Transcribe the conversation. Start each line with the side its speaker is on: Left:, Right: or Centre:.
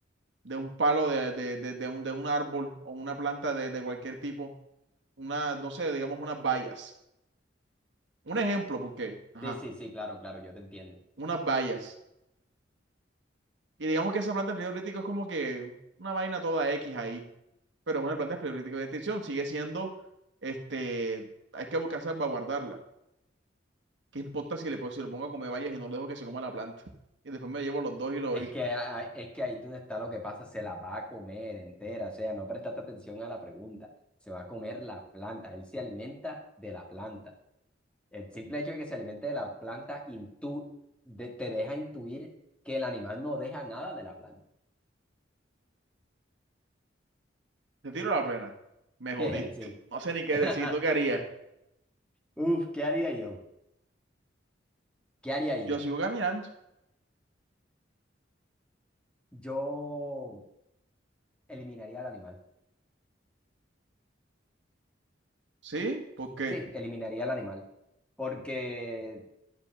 Right: de un palo de, de, de, de un, de un árbol o una planta de, de cualquier tipo? Una, no sé, digamos unas bayas. Un ejemplo, porque, ajá.
Centre: Sí, sí, sí, claro, claro, yo te entiendo.
Right: unas vallas. Y digamos que esa planta de empleo crítico es como que una vaina toda X ahí, pero es una planta de empleo crítico de extinción, sigue siendo, este, hay que buscar salvaguardarla. ¿Qué importa si le, pongo- si lo pongo a comer vallas y no lo dejo que se coma la planta? Y después me llevo los dos y lo
Centre: Es
Right: y
Centre: que, a- es que ahí donde está lo que pasa, se la va a comer entera, o sea, no prestaste atención a la pregunta, se va a comer la planta, él se alimenta de la planta. El simple hecho de que se alimente de la planta intu- de- te deja intuir que el animal no deja nada de la planta.
Right: te tiro a la plena. Me jodiste.
Centre: <laughs> Sí.
Right: No sé ni qué
Centre: <laughs>
Right: decir, ¿tú qué harías?
Centre: Uf, ¿qué haría yo? ¿Qué haría yo?
Right: Yo sigo caminando.
Centre: Yo eliminaría al animal.
Right: ¿Sí? ¿Por qué?
Centre: Sí, eliminaría al animal. Porque